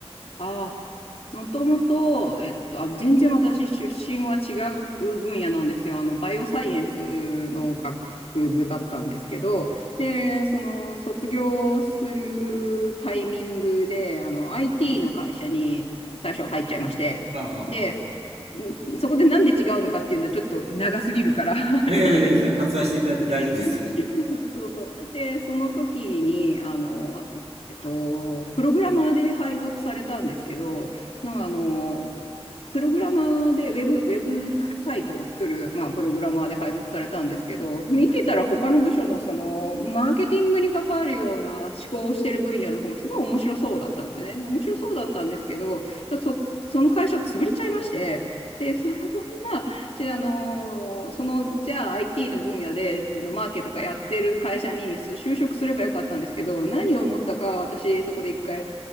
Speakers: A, on the left; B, on the right.
A: ああ、もともと、えっと、あ、全然私出身は違う分野なんですよ。あの、バイオサイエンスの学部だったんですけど、で、その、卒業するタイミングで、あの、IT の会社に最初入っちゃいまして、
B: はあはあは
A: で、んそこでなんで違うのかっていうのはちょっと長すぎるから <laughs> 言わないん
B: あ。いやいやいや、さ割愛していただいて大丈夫ですよ。
A: で、<laughs> そうそう。で、その時に、あの、えっと、プログラマーで配属されたんですけど、なんかあの、プログラマーでウェブ、ウェブサイトを作る、まあ、プログラマーで配属されたんですけど、見てたら他の部署のその、マーケティングに関わるような思考をしてる分野の方がすごい面白そうだったんですよね。で面白そうだったんですけど、ちょっとそ、その会社潰れちゃいまして、で、そのまんまじゃあ、あのーその、じゃあ IT の分野で、のマーケとかやってる会社にす就職すればよかったんですけど、何を思ったか、私、そこで一回、